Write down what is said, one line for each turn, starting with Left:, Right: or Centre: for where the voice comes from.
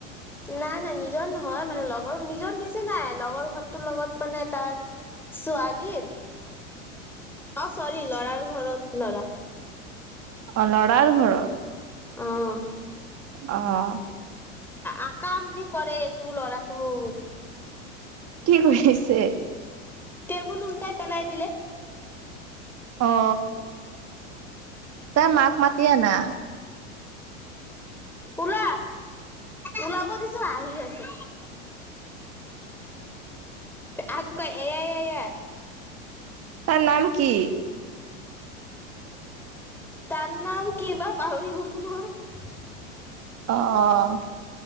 Centre: নাই নাই নিজৰ নহয় মানে লগৰ নিজৰ নিছিনাই লগৰ ঘৰটোৰ লগত মানে তাৰ ছোৱালীৰ অ', চৰি লৰাৰ ঘৰত ল'ৰা।
Right: অ', লৰাৰ ঘৰৰ।
Centre: অ',
Right: অ',
Centre: আ, কাম যি কৰে তোৰ ল'ৰাটো।
Right: কি কৰিছে?
Centre: টেবুল উল্টাই পেলাই দিলে।
Right: অ', তাই মাক মাতি আনা।
Centre: উলা। উলাব দিছো হাঁহি আছে। আকৌ ক এয়াই এয়া এয়া।
Right: তাৰ নাম কি?
Centre: তাৰ নাম কিবা পাহৰি গলো নহয়।
Right: অ',